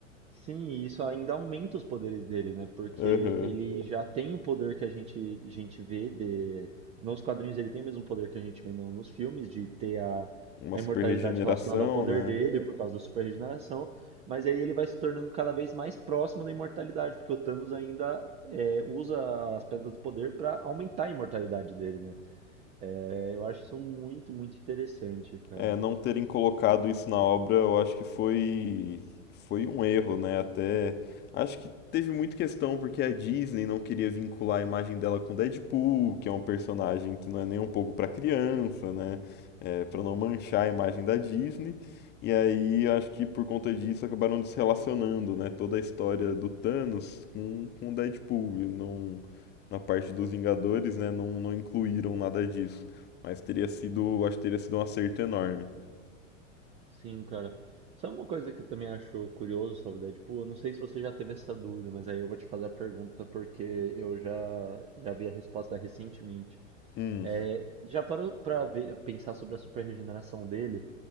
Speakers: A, on the right; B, on the left.
A: Sim, e isso ainda aumenta os poderes dele, né? Porque
B: Aham.
A: ele já tem o poder que a gente, a gente vê de... Nos quadrinhos ele tem o mesmo poder que a gente vê no- nos filmes, de ter a,
B: Uma
A: a
B: super
A: imortalidade
B: regeneração,
A: relacionada ao poder
B: né?
A: dele por causa da super regeneração, mas aí ele vai se tornando cada vez mais próximo da imortalidade, porque o Thanos ainda é, usa as pedras do poder para aumentar a imortalidade dele, né? É, eu acho isso muito, muito interessante, cara.
B: É, não terem colocado isso na obra, eu acho que foi foi um erro, né? Até acho que teve muita questão porque a Disney não queria vincular a imagem dela com Deadpool, que é um personagem que não é nem um pouco para criança, né? É, para não manchar a imagem da Disney. E aí acho que por conta disso acabaram desrelacionando, né? Toda a história do Thanos com com o Deadpool, e não na parte dos Vingadores, né? Não não incluíram nada disso. Mas teria sido, acho que teria sido um acerto enorme.
A: Sim, cara. Sabe uma coisa que eu também acho curioso sobre Deadpool? Eu não sei se você já teve essa dúvida, mas aí eu vou te fazer a pergunta porque eu já, já vi a resposta recentemente.
B: Hum,
A: É, já parou pra ver, pensar sobre a super regeneração dele?